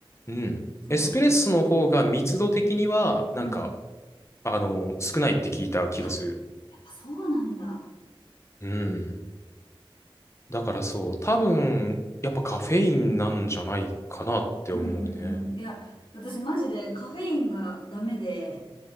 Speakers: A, on the left (about 30°); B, on the left (about 70°).
A: うん。
B: そう、
A: エスプレッソの方が密度的には、
B: だから。
A: なんか、
B: うん。
A: あの、少ないって聞いた気がする。
B: あ、やっぱそうなんだ。
A: うん。だからそう、多分、やっぱカフェインなんじゃないかなって思うね。
B: うんうんうん。いや、私マジでカフェインがダメで、